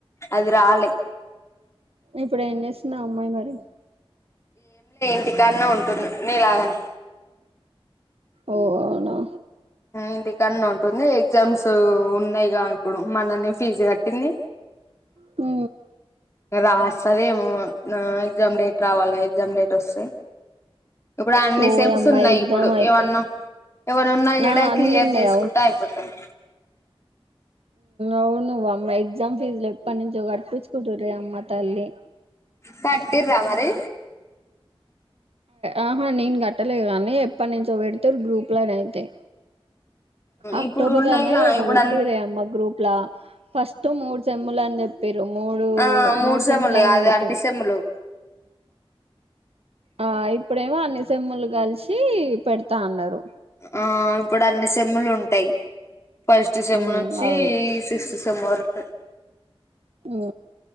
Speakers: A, on the left; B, on the right.
A: అది రాలే
B: ఇప్పుడు ఏం చేస్తున్నా అమ్మాయి మరి
A: ఇంటికాన్నా ఉంటుంది నేలాగనే
B: ఓ అవునా
A: ఇంటికన్న ఉంటుంది ఎగ్జామ్స్ ఉన్నాయిగా ఇప్పుడు మననే ఫీజు కట్టింది
B: హ
A: రాస్తది ఏమో ఎగ్జామ్ డేట్ రావాలి ఎగ్జామ్ డేట్ వస్తే ఇప్పుడు అన్ని
B: ఓ
A: సెమ్స్
B: యమ్మ
A: ఉన్నాయి
B: ఎగ్జామ్
A: ఇప్పుడు
B: అయితే
A: ఏమన్నా ఏవన్నా ఉన్నా కూడా
B: ఆ అన్ని
A: క్లియర్
B: ఉన్నాయి
A: చేసుకుంటే అయిపోతాయి
B: అవు నువ్వు అమ్మయి ఎగ్జామ్ ఫీజు లో ఎప్పటి నుంచో కడిపించుకుంటు్రే అమ్మ తల్లి
A: కట్టిర్ర మరి
B: ఆహా నేను కట్టలేదు కానీ ఎప్పటి నుంచో పెడితే గ్రూప్లోనే అయితే అక్టోబర్లనే
A: ఇప్పుడు ఉన్నాయిగా
B: ఏమో
A: ఇప్పుడు
B: పెట్టిర్రె
A: అన్
B: అమ్మ గ్రూప్ లా ఫస్ట్ మూడు సేమ్ములు అని చె చెప్పరు మూడు
A: ఆ
B: మూడు సెమ్ములు అనీ
A: కాదు
B: పెట్టరు
A: అన్ని సెమ్ములు
B: ఆ ఇప్పుడేమో అన్ని సేమ్ములు కలిసి పెడతా అన్నారు
A: ఆ ఇప్పుడు అన్ని సెమ్ములు ఉంటాయి ఫస్ట్ డిసెంబర్
B: ఉమ్
A: నుంచి
B: అవును
A: సిక్స్త్ డిసెంబర్ హ
B: ఆ